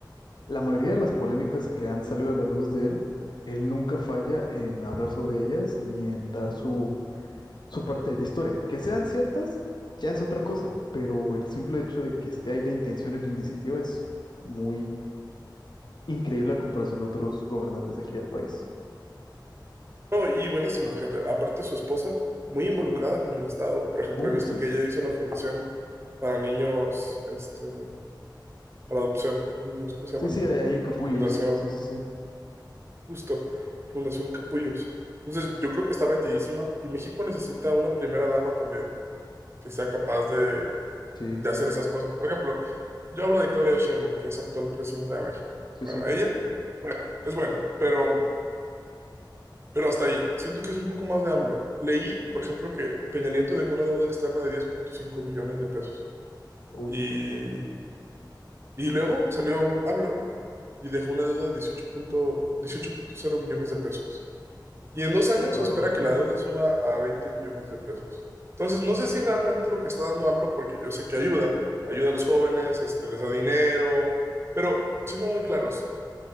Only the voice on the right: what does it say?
No, y buenísimo, fíjate. Aparte su esposa, muy involucrada con el Estado. Por ejemplo,
he visto
que ella hizo una fundación para niños, este, para adopción, niños, ¿cómo se
llama?
Fundación.
Justo, Fundación Capullos. Entonces, yo creo que está metidísima y México necesita una primera dama también que sea capaz de,
de hacer esas cosas. Por ejemplo, yo hablo de Claudia Sheinbaum, que es actual presidenta de México.
Bueno,
ella es buena, pero, pero hasta ahí. Siento que es un poco más de AMLO. Leí, por ejemplo, que Peña Nieto dejó una deuda externa de 10.5 billones de pesos
y,
y luego salió AMLO y dejó una deuda de 18 punto- 18.0 billones de pesos. Y en dos años
se espera
que la deuda suba a 20 billones de pesos. Entonces, no sé si realmente lo que está dando AMLO, porque yo sé que ayuda, ayuda a los jóvenes, este, les da dinero, pero siendo muy claros,